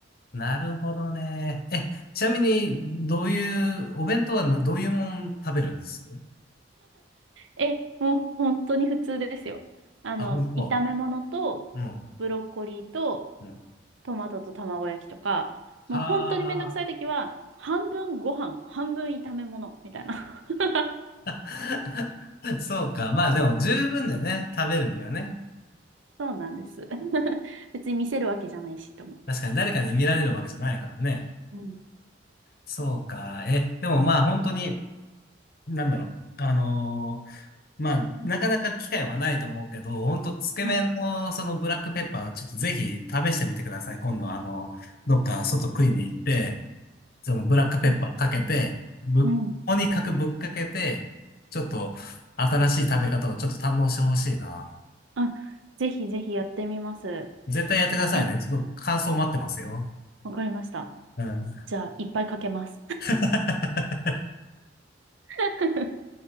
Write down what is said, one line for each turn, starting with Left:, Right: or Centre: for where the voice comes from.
Left: ー。なるほどね。え、ちなみに、どういう、お弁当はなどういうもん食べるんです
Right: え、もう本当に普通ですよ。あの、
Left: あ、も
Right: 炒め物と、
Left: う、うん、
Right: ブロッコリーと、
Left: うん。
Right: トマトと卵焼きとか、もう本当にめんどくさい時は、
Left: あ
Right: 半分ご飯、半分炒め物、みたいな。<laughs>
Left: あ、<laughs> そうか。まあでも十分だよね。食べるにはね。
Right: そうなんです。<laughs> 別に見せるわけじゃないしと思って。
Left: 確かに誰かに見られるわけじゃないからね。
Right: うん。
Left: そうか。え、でもまあ本当に、なんだろう。あのーまあ、なかなか機会はないと思うけど、本当つけ麺のそのブラックペッパー、
Right: はい。
Left: ちょっとぜひ試してみてください。今度あの、どっか外食いに行って、そのブラックペッパーかけて、
Right: はい。
Left: ぶっ、
Right: うん。
Left: とにかくぶっかけて、ちょっと新しい食べ方をちょっと堪能してほしいな。
Right: あ、ぜひぜひやってみます。
Left: 絶対やってくださいね。
Right: え、
Left: ちょっと感想待ってますよ。
Right: わかりました。
Left: うん。
Right: じゃあ、いっぱいかけます。
Left: <laughs>
Right: <laughs>